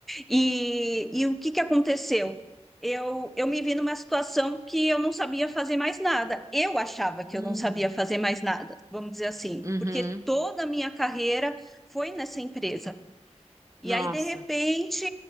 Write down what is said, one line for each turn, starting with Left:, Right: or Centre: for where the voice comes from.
Centre: E, e o que que aconteceu? Eu, eu me vi numa situação que eu não sabia fazer mais nada. Eu achava que
Right: Hum.
Centre: eu não sabia fazer mais nada, vamos dizer assim,
Right: Uhum.
Centre: porque toda a minha carreira foi nessa empresa. E
Right: Nossa.
Centre: aí, de repente,